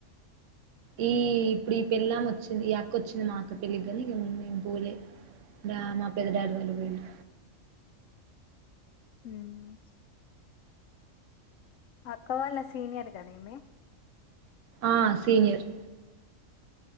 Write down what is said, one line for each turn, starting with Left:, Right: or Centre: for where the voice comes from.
Right: ఈ ఇప్పుడు ఈ పెళ్ళం ఒచ్చింది ఈ అక్క వచ్చింది మా అక్క పెళ్ళికి గానీ మేం పోలే డా మా పెద్ద డాడి వాళ్ళు వొయిళ్ళు
Left: హ్మ్ అక్క వాళ్ళ సీనియర్ గదీమె
Right: ఆ సీనియర్